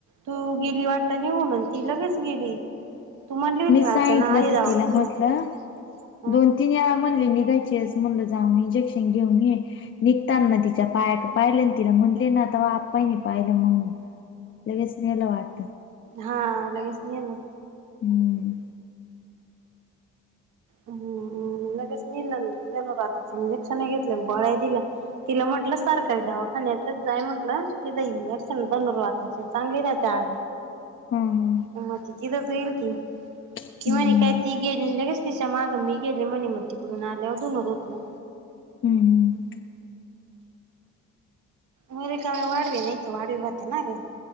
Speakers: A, on the right; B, on the left.
A: तू गेली वाटता नि म्हणून ती लगेच गेली. तू म्हणली होती
B: मी
A: वाटत
B: सांगितलं
A: ना आधी
B: तर
A: दवाखान्यात
B: तिला म्हटलं.
A: हा
B: दोन तिने मणली निघायची अस, म्हणलं जाऊन इंजेक्शन घेऊन ये. निघताना तिच्या पाय पाहिले तिला म्हटले ना आता बा आपपायनी पाहिलं मग. लगेच नेल वाटतं.
A: हा लगेच नेलं.
B: हम्म.
A: हम लगेच निर्णय घेतल धनुबातच इंजेक्शन घेतल्या गोळ्या दिल्या. तिला म्हटलं सरकार दवाखान्यातच जाय म्हटलं तिं इंजेक्शन धनूरबाताच चांगली देतात.
B: हा हा
A: म त तिथच येईल. ती
B: हम्म
A: कि म्हणे काय ती गेली लगेच तिच्या मागं मी गेले मणी तीकडून आल्यावर धुन धुतलं.
B: हम्म हम्,
A: व रिकाम वाढवी नाहीत वाढवी होते ना ग